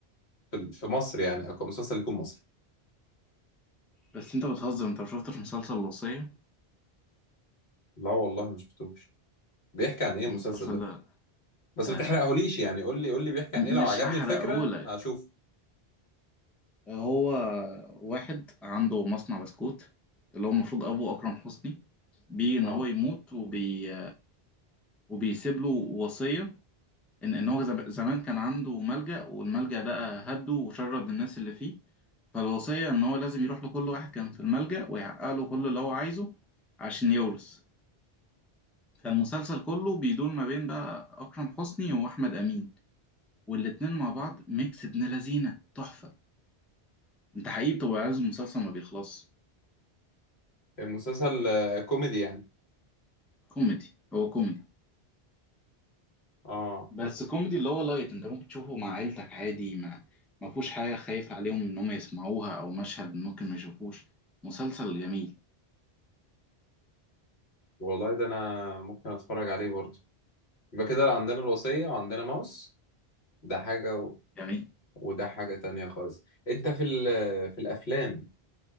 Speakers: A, on the left; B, in the centre.
A: في ال- في مصر يعني أو مسلسل يكون مصري
B: بس انت بتهزر انت ما شفتش مسلسل الوصية
A: لا والله ما شفتوش بيحكي عن إيه
B: المسلسل
A: المسلسل ده
B: ده
A: بس
B: آه
A: ما تحرقهوليش يعني قول لي قول لي بيحكي
B: م-
A: عن إيه لو
B: مش
A: عجبني
B: هحرقهولك
A: الفكرة هشوف
B: هو واحد عنده مصنع بسكوت اللي هو المفروض ابوه اكرم حسني بيه ان
A: اه
B: هو يموت وبي وبيسيب له وصية ان ان هو زم- زمان كان عنده ملجأ والملجأ ده هده وشرد الناس اللي فيه فالوصية ان هو لازم يروح لكل واحد كان في الملجأ ويحقق له كل اللي هو عايزه عشان يورث فالمسلسل كله بيدور ما بين بقى أكرم حسني وأحمد أمين والاتنين مع بعض ميكس ابن لذينة تحفة أنت حقيقي بتبقى عايز المسلسل ما بيخلص
A: المسلسل آه، كوميدي يعني
B: كوميدي هو كوميدي
A: اه
B: بس كوميدي اللي هو لايت أنت ممكن تشوفه مع عيلتك عادي ما ما فيهوش حاجة خايف عليهم إن هم يسمعوها أو مشهد ممكن ما يشوفوش مسلسل جميل
A: والله ده أنا ممكن أتفرج عليه برضه يبقى كده عندنا الوصية وعندنا ماوس ده حاجة و...
B: جميل
A: وده حاجة تانية خالص أنت في ال... في الأفلام